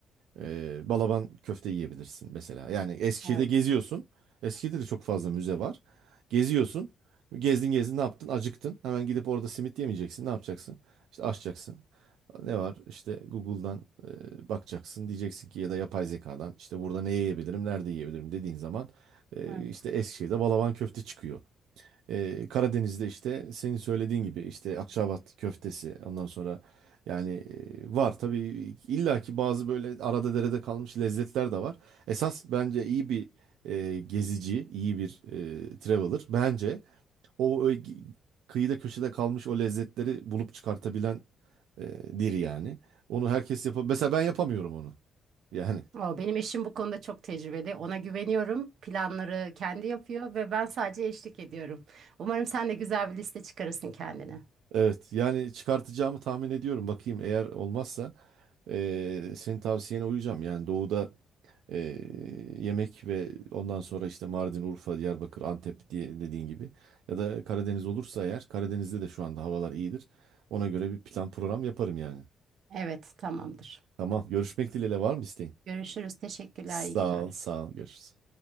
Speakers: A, on the right; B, on the right.
A: Ee, Balaban köfte yiyebilirsin mesela. Yani Eskişehir'de
B: Evet,
A: geziyorsun. Eskişehir'de de çok fazla müze var. Geziyorsun. Gezdin gezdin ne yaptın? Acıktın. Hemen gidip orada simit yemeyeceksin. Ne yapacaksın? İşte açacaksın. Ne var? İşte Google'dan e, bakacaksın. Diyeceksin ki ya da yapay zekadan işte burada ne yiyebilirim, nerede yiyebilirim dediğin zaman e,
B: evet.
A: işte Eskişehir'de Balaban köfte çıkıyor. Ee, Karadeniz'de işte senin söylediğin gibi işte Akçaabat köftesi ondan sonra yani e, var tabii illaki bazı böyle arada derede kalmış lezzetler de var. Esas bence iyi bir e, gezici, iyi bir e, traveler bence o, ö- kıyıda köşede kalmış o lezzetleri bulup çıkartabilen e, dir yani. Onu herkes yapabilir. Mesela ben yapamıyorum onu. Yani
B: Aa, benim eşim bu konuda çok tecrübeli. Ona güveniyorum. Planları kendi yapıyor ve ben sadece eşlik ediyorum. Umarım sen de güzel bir liste çıkarırsın kendine.
A: Evet yani çıkartacağımı tahmin ediyorum. Bakayım eğer olmazsa eee senin tavsiyene uyacağım. Yani doğuda eee, yemek ve ondan sonra işte Mardin, Urfa, Diyarbakır, Antep diye dediğin gibi. Ya da Karadeniz olursa eğer Karadeniz'de de şu anda havalar iyidir. Ona göre bir plan program yaparım yani.
B: Evet, tamamdır.
A: Tamam görüşmek dileğiyle var mı isteğin?
B: Görüşürüz. Teşekkürler.
A: Sağ
B: İyi günler.
A: ol sağ ol görüşürüz.